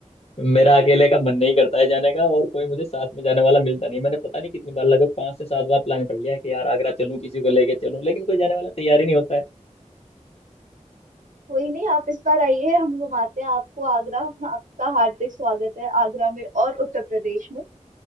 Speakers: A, on the left; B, on the right.
A: मेरा अकेले का मन नहीं करता है जाने का और कोई मुझे साथ में जाने वाला मिलता नहीं मैंने पता नहीं कितनी बार लगभग पांच से सात बार प्लान कर लिया कि यार आगरा चलूं किसी को लेके चलूं लेकिन कोई जाने वाला तैयार ही नहीं होता है
B: कोई नहीं आप इस बार आइए हम घुमाते हैं आपको आगरा आपका हार्दिक स्वागत है आगरा में और उत्तर प्रदेश में